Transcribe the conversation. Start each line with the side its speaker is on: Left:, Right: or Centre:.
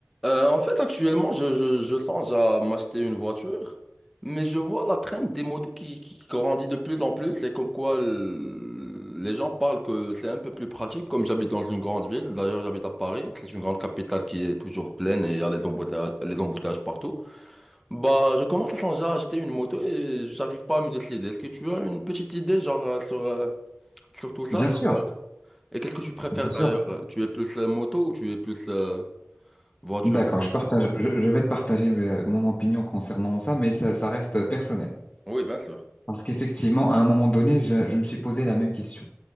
Centre: Euh, en fait, actuellement, je, je, je songe à m'acheter une voiture, mais je vois la traîne des motos qui, qui grandit de plus en plus et comme quoi euh, les gens parlent que c'est un peu plus pratique. Comme j'habite dans une grande ville, d'ailleurs, j'habite à Paris, c'est une grande capitale qui est toujours pleine et il y a les embouteillages, les embouteillages partout. Bah, je commence à songer à acheter une moto et j'arrive pas à me décider. Est-ce que tu as une petite idée, genre, euh, sur, euh, sur tout ça?
Left: Bien
Centre: sur,
Left: sûr,
Centre: euh, et qu'est-ce que tu préfères
Left: bien sûr.
Centre: d'ailleurs? Tu es plus euh, moto ou tu es plus euh, voiture?
Left: D'accord, je partage, je, je vais te partager euh, mon opinion concernant ça, mais ça, ça reste euh, personnel.
Centre: Oui, bien sûr.
Left: Parce qu'effectivement, à un moment donné, je, je me suis posé la même question.